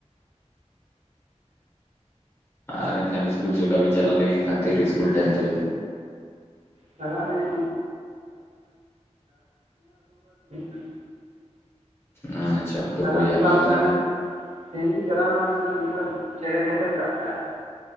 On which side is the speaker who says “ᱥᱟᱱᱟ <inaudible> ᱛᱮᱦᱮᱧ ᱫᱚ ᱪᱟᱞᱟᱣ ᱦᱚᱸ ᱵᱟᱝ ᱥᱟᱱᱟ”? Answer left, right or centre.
Right